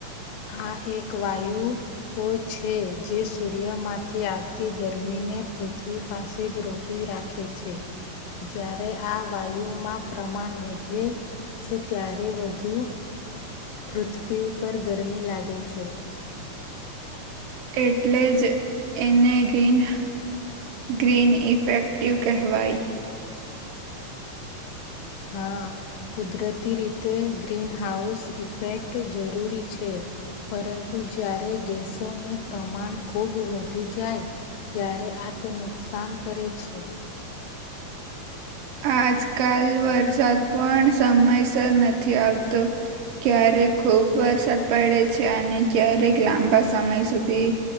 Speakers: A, on the left; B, on the right.
A: આ એક વાયુઓ છે જે સૂર્યમાંથી આવતી ગરમીની ને પૃથ્વી પાસે જ રોકી રાખે છે જ્યારે આ વાયુમાં પ્રમાણ વધે છે ત્યારે વધુ પૃથ્વી પર ગરમી લાગે છે.
B: એટલે જ એને ગ્રીન ગ્રીન ઇફેક્ટિવ કહેવાય.
A: હા કુદરતી રીતે ગ્રીનહાઉસ ઇફેક્ટ જરૂર છે. પરંતુ જ્યારે ગેસોનું પ્રમાણ ખુબ વધી જાય ત્યારે અરે આ તો નુકસાન કરે છે.
B: આજકાલ વરસાદ પણ સમયસર નથી આવતો ક્યારે ક્યારે ખુબ વરસાદ પડે છે અને ક્યારેક લાંબા સમય સુધી